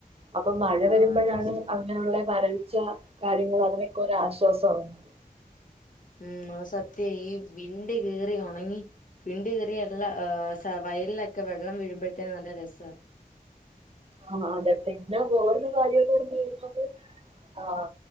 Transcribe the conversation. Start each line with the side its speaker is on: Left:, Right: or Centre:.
Right: അപ്പൊ മഴ
Left: ആഹ്
Right: വരുമ്പോഴാണ്
Left: അത് ശരിയാ
Right: അങ്ങനെയുള്ള വര ൾച്ച കാര്യങ്ങൾ അതിനൊക്കെ ഒരാശ്വാസാകുന്നത്
Left: ഉം സത്യ ഈ വിണ്ട് കീറി ഒണങ്ങി വിണ്ട് കീറി എല്ലാം സ വയൽലൊക്കെ വെള്ളം വീഴുമ്പോഴത്തേനും നല്ല രസാ
Right: ആ അതെ പിന്നെ വേറൊരു കാര്യംന്ന് പറഞ്ഞ് കയ്ഞ്ഞാല് ആ